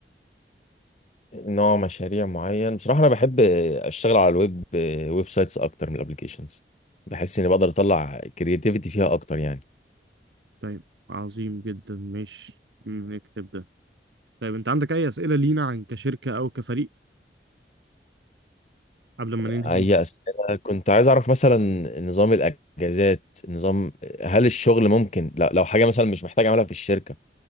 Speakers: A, on the left; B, on the right.
A: نوع مشاريع معين بصراحة انا بحب اشتغل على الويب ويب سايتس اكتر من الابليكيشنز بحس اني بقدر اطلع كرياتيفيتي فيها اكتر يعني
B: طيب عظيم جدا ماشي مم، نكتب ده طيب انت عندك اي اسئله لينا عن كشركه او كفريق قبل ما
A: اي
B: ننهي
A: اسئله كنت عايز اعرف مثلا نظام الاجازات نظام هل الشغل ممكن لا لو حاجه مثلا مش محتاج اعملها في الشركه